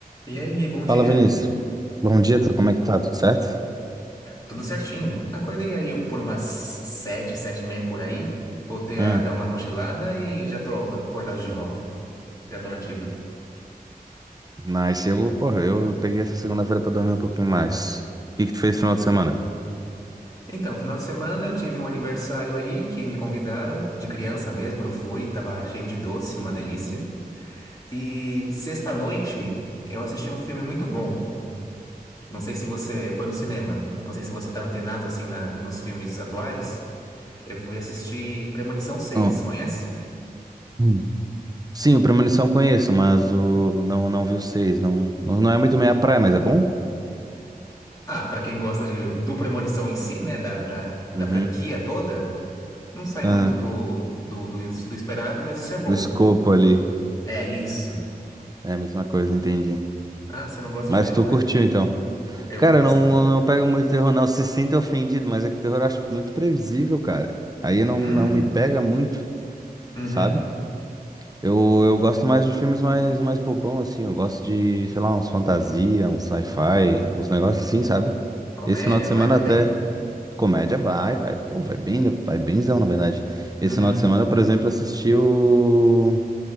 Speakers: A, on the left; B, on the right.
A: E aí, Gui, bom dia.
B: Fala, Vinícius. Bom dia, tu- como é que tá? Tudo certo?
A: Tudo certinho. Acordei aí por umas sete, sete e meia por aí. Voltei
B: Ah,
A: a dar uma cochilada e já tô acordado de volta. Já tô nativa.
B: nice. Eu, porra, eu peguei essa segunda-feira pra dormir um pouquinho mais. O que que tu fez no final de semana?
A: Então, final de semana eu tive um aniversário aí que me convidaram. De criança mesmo, eu fui. Tava cheio de doce, uma delícia. E sexta-noite eu assisti um filme muito bom. Não sei se você foi no cinema. Não sei se você tá antenado assim na, nos filmes atuais. Eu fui assistir Premonição seis.
B: Ah,
A: conhece?
B: hum. Sim, o Premonição eu conheço, mas o não não vi o seis. Não, não não é muito meia praia, mas é bom?
A: Ah, pra quem gosta de, do Premonição em si, né, da, da, da
B: Uhum.
A: franquia toda, não sai
B: Ah,
A: muito do, do, do, do esperado, mas isso é bom.
B: do escopo ali.
A: É isso.
B: É a mesma coisa, entendi.
A: Ah, você não gosta
B: Mas
A: de terror?
B: tu curtiu então?
A: Eu,
B: Cara, eu não,
A: sim.
B: não pego muito terror, não. Se sinta ofendido, mas é que o terror eu acho muito previsível, cara. Aí não,
A: Hum,
B: não me pega muito,
A: uhum.
B: sabe? Eu, eu gosto mais de filmes mais, mais bobão, assim. Eu gosto de, sei lá, uns fantasia, uns sci-fi, uns negócios assim, sabe?
A: Comédia,
B: Esse final de semana
A: vai também?
B: até comédia vai, vai, pô, vai bem, vai benzão, na verdade. Esse
A: Uhum,
B: final de semana, por exemplo, assisti o,